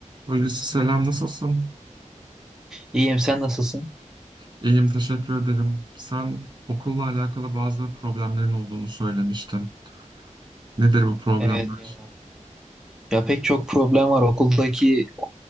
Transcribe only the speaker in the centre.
İyiyim, sen nasılsın?
Evet ya. Ya pek çok problem var. Okuldaki